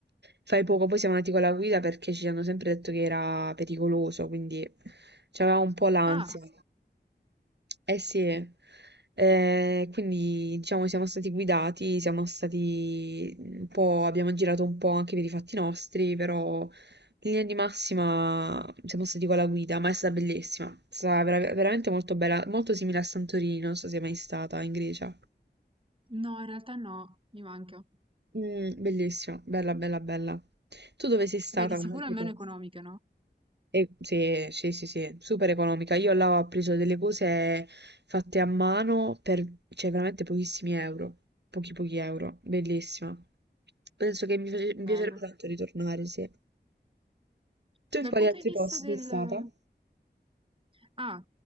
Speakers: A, on the right (about 65°); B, on the right (about 30°).
A: fai poco, poi siamo andati con la guida perché ci hanno sempre detto che era pericoloso, quindi c'aveva un po' l'ansia.
B: Ah,
A: Eh sì, eh, quindi diciamo siamo stati guidati, siamo stati un po', abbiamo girato un po' anche per i fatti nostri, però in linea di massima siamo stati con la guida, ma è stata bellissima. È stata vera- veramente molto bella, molto simile a Santorini, non so se è mai stata in Grecia.
B: no, in realtà no, mi manca.
A: Mm, bellissima, bella, bella, bella. Tu dove sei stata
B: Beh, di
A: con
B: sicuro
A: altri
B: è meno
A: posti?
B: economica, no?
A: Eh, sì, sì, sì, sì, super economica. Io là ho preso delle cose fatte a mano per, cioè, veramente pochissimi euro. Pochi, pochi euro. Bellissima. Penso che mi, face- mi
B: Bello.
A: piacerebbe tanto ritornare, sì. Tu
B: Dal
A: in quali
B: punto
A: altri
B: di vista
A: posti
B: del...
A: sei stata?
B: Ah,